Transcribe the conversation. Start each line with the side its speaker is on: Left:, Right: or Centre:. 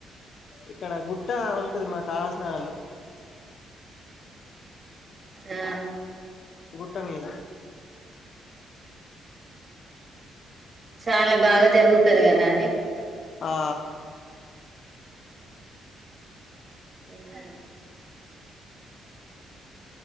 Left: ఇక్కడ గుట్ట ఉంటది మా కాసజ్ నగర్ లో
Right: ఉ ఆ
Left: త్తమ ఇంగ
Right: చాలా బాగా జరుగు తది కదా అండి
Left: ఆ
Right: అ